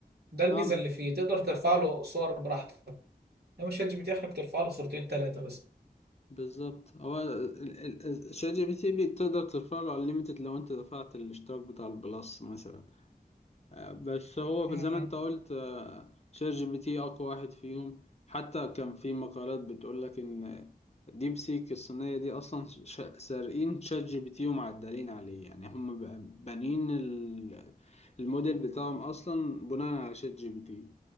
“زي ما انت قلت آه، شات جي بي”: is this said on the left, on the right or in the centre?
Left